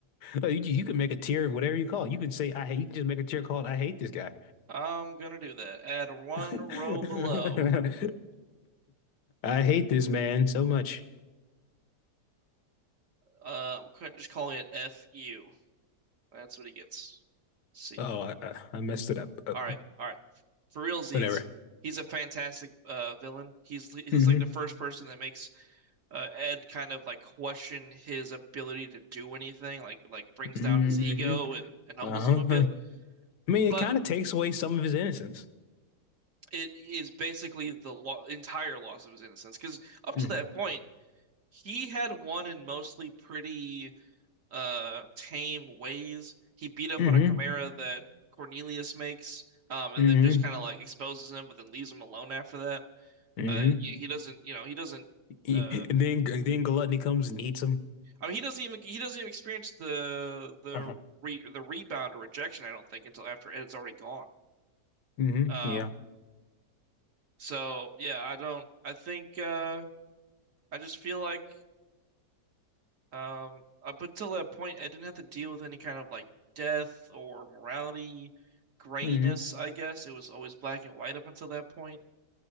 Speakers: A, on the left; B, on the right.
A: Uh, you, you can make a tier whatever you call it. You can say I hate you can just make a tier called I hate this guy
B: I'm gonna do that. Add one
A: <laughs> I
B: row below.
A: hate this man so much
B: Uh, I'm just calling it FU. That's what he gets. See
A: oh
B: ya.
A: I, I I messed it up uh,
B: All right, all right. For
A: <laughs>
B: realsies,
A: whatever
B: he's a fantastic uh, villain. He's he's
A: hmm
B: like the first person that makes uh, Ed kind of like question his ability to do anything, like like brings
A: hmm
B: down his ego and and humbles
A: Uh-huh.
B: him a
A: uh-huh.
B: bit.
A: I mean,
B: But
A: it kind of takes away some of his innocence.
B: it is basically the lo entire loss of his innocence because up
A: Mm.
B: to that point, he had won in mostly pretty uh tame ways. He beat up
A: Mm-hmm.
B: on a chimera that Cornelius makes, um, and
A: Mm-hmm.
B: then just kind of like exposes him, but then leaves him alone after that.
A: Mm-hmm.
B: Uh, yeah, he doesn't, you know, he doesn't.
A: He-
B: Uh,
A: and then, then Gluttony comes and eats him.
B: I mean, he doesn't even he doesn't even experience the the
A: Uh-huh.
B: re, the rebound or rejection. I don't think until after Ed's already gone.
A: Mm-hmm.
B: Um,
A: Yeah.
B: so yeah, I don't. I think uh, I just feel like. Um, up until that point, I didn't have to deal with any kind of like death or morality, grayness,
A: Mm-hmm.
B: I guess. It was always black and white up until that point.